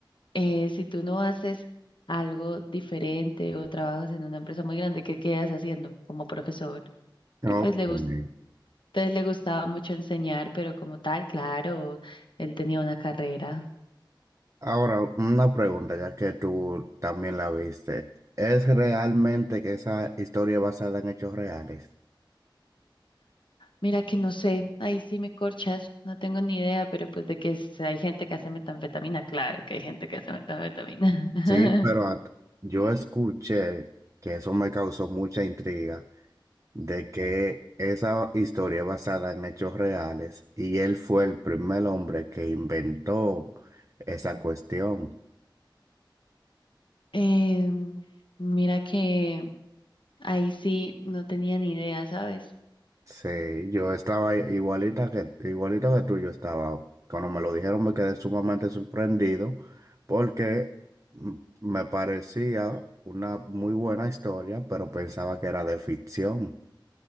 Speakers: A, on the left (about 75°); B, on the right (about 40°).
A: eh, si tú no haces algo diferente o trabajas en una empresa muy grande, ¿qué quedas haciendo como profesor? Y
B: No,
A: pues le
B: entendí.
A: gustó Entonces le gustaba mucho enseñar, pero como tal, claro, él tenía una carrera.
B: Ahora, una pregunta, ya que tú también la viste. ¿Es realmente que esa historia es basada en hechos reales?
A: Mira que no sé, ahí sí me corchas, no tengo ni idea, pero pues de que s- hay gente que hace metanfetamina, claro que hay gente que hace metanfetamina. <laughs>
B: Sí, pero at- yo escuché que eso me causó mucha intriga de que esa historia es basada en hechos reales y él fue el primer hombre que inventó esa cuestión.
A: Em, mira que ahí sí no tenía ni idea, ¿sabes?
B: Sí, yo estaba igualita que, igualito que tú, yo estaba. Cuando me lo dijeron me quedé sumamente sorprendido porque m- me parecía una muy buena historia, pero pensaba que era de ficción.